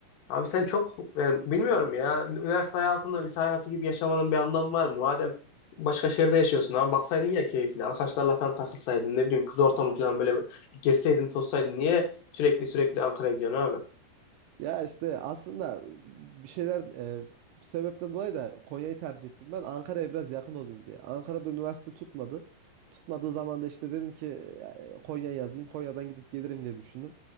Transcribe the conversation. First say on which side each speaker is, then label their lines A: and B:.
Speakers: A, on the left; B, on the right.
A: Abi sen çok yani bilmiyorum ya. Üniversite hayatında lise hayatı gibi yaşamanın bir anlamı var mı? Madem başka şehirde yaşıyorsun abi baksaydın ya keyfine. Arkadaşlarla falan takılsaydın ne bileyim kız ortamı falan böyle bir gezseydin tozsaydın. Niye sürekli sürekli Ankara'ya gidiyorsun abi?
B: Ya işte aslında bir şeyler e, bir sebepten dolayı da Konya'yı tercih ettim ben. Ankara'ya biraz yakın olayım diye. Ankara'da üniversite tutmadı. Tutmadığı zaman da işte dedim ki e, Konya'ya yazayım. Konya'dan gidip gelirim diye düşündüm.